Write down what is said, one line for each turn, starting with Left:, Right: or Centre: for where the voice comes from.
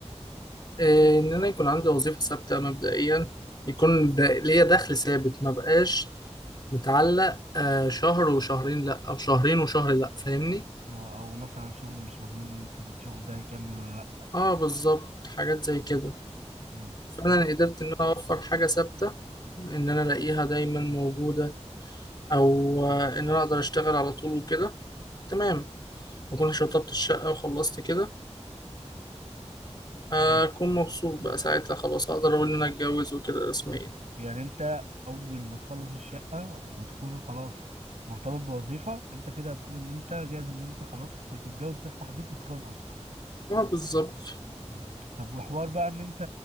Left: إيه، ان انا يكون عندي وظيفه ثابته مبدئيا يكون د- ليا دخل ثابت ما بقاش متعلق آه، شهر وشهرين لا او شهرين وشهر لا فاهمني
Right: او أو مثلا شغل مش مضمون ان انت الشغل ده هيكمل ولا لا
Left: اه بالظبط حاجات زي كده
Right: مم.
Left: فانا
Right: طب
Left: أنا
Right: انا
Left: قدرت ان انا اوفر حاجه ثابته ان انا الاقيها دايما موجوده او آه، ان انا اقدر اشتغل على طول وكده تمام اكون شطبت الشقه وخلصت كده آه،
Right: اه
Left: اكون مبسوط بقى ساعتها خلاص اقدر اقول ان انا اتجوز وكده رسميا
Right: يعني انت اول ما تخلص الشقه وتكون خلاص مرتبط بوظيفه انت كده هتقول ان انت جاهز ان انت خلاص تتجوز تفتح بيت وتكون اسره
Left: اه بالظبط
Right: مم. طب وحوار بقى ان انت